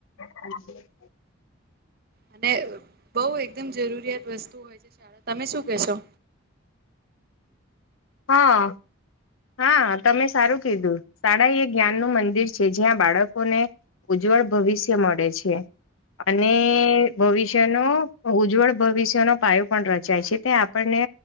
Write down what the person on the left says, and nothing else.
<inaudible>
હા હા તમે સારું કીધું શાળા એ જ્ઞાન નું મંદિર છે જ્યાં બાળકોને ઉજ્જવળ ભવિષ્ય મળે છે. અને ભવિષ્યનો ઉજ્જવળ ભવિષ્યનો પાયો પણ રચાય છે તે આપણને